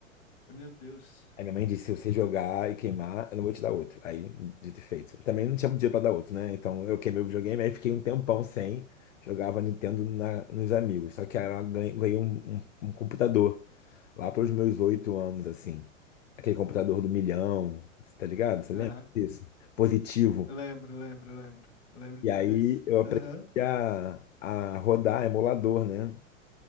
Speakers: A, on the left; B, on the left.
A: Meu Deus.
B: Aí minha mãe disse, se você jogar e queimar, eu não vou te dar outro. Aí, dito e feito. Também não tinha dinheiro pra dar outro, né? Então eu queimei o videogame, aí fiquei um tempão sem. Jogava Nintendo na- nos amigos. Só que aí ela ganhei, ganhei um, um- um computador lá pelos meus oito anos, assim. Aquele computador do milhão, cê tá ligado? Você lembra
A: Aham.
B: disso? Positivo.
A: Lembro, lembro, lembro. Eu Lembro
B: E
A: demais.
B: aí eu aprendi
A: Aham.
B: a, a rodar emulador, né?